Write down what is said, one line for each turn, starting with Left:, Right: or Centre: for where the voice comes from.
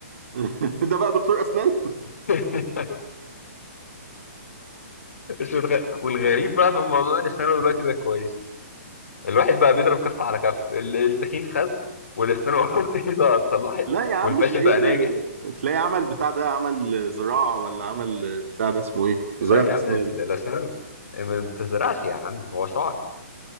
Right: <laughs> ده بقى دكتور اسنان
Left: <laughs> مش متخيل والغريب بقى في الموضوع ان سنانه دلوقتي بقى كويس الواحد بقى بيضرب كف على كف ال- التخين خس والاسنان <laughs> بايظه اتصلحت
Right: لا يا عم
Left: والفاشل
Right: تلاقيه
Left: بقى ناجح
Right: تلاقيه عمل بتاع ده عمل زراعة ولا عمل بتاع ده اسمه ايه؟
Left: لا
Right: زراعة
Left: يا عم
Right: اسنان
Left: ال- الاسنان ما بتزرعش يا عم هو شعر